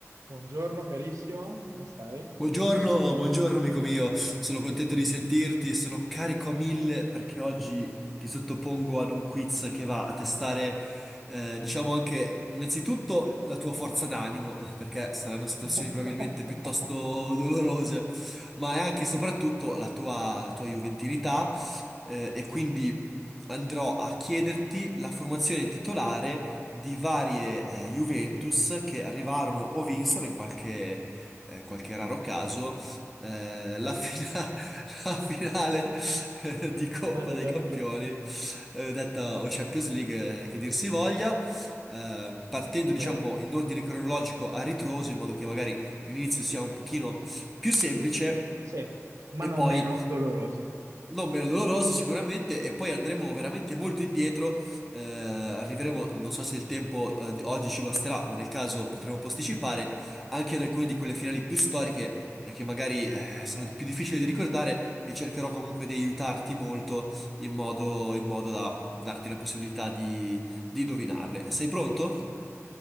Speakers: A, on the right; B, in the centre.
A: Buongiorno carissimo, come stai?
B: Buongiorno, buongiorno amico mio, sono contento di sentirti, sono carico a mille perché oggi ti sottopongo ad un quiz che va a testare, eh, diciamo anche innanzitutto la tua forza d'animo, perché saranno situazioni
A: <laughs>
B: probabilmente piuttosto dolorose, ma è anche e soprattutto la tua, la tua juventinità, eh, e quindi andrò a chiederti la formazione titolare di varie, eh, Juventus che arrivarono o vinsero in qualche eh, qualche raro caso, eh, la, fina- <laughs> la finale eh, di Coppa
A: Maledetto.
B: dei Campioni, eh, detta o Champions League, eh, che dir si voglia, eh, partendo diciamo
A: Eh,
B: in ordine cronologico a ritroso, in modo che magari l'inizio sia un pochino più semplice.
A: Sì, ma
B: E
A: non
B: poi
A: meno doloroso.
B: non meno doloroso sicuramente e poi andremo veramente molto indietro, eh, arriveremo, non so se il tempo eh, di oggi ci basterà, ma nel caso potremo posticipare anche ad alcune di quelle finali più storiche eh, che magari eh, sono
A: Ah.
B: di- più difficili da ricordare e cercherò comunque di aiutarti molto in modo, in modo da darti la possibilità di, di indovinarle. Sei pronto?